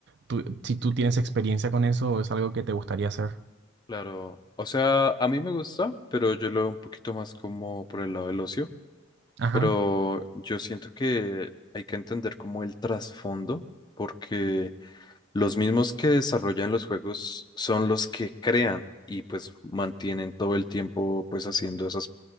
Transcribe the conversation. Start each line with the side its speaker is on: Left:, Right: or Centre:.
Right: tú- si tú tienes experiencia con eso o es algo que te gustaría hacer.
Left: Claro, o sea, a mí me gusta, pero yo lo veo un poquito más como por el lado del ocio,
Right: Ajá,
Left: pero yo siento que hay que entender como el trasfondo, porque los mismos que desarrollan los juegos son los que crean y pues mantienen todo el tiempo pues haciendo esas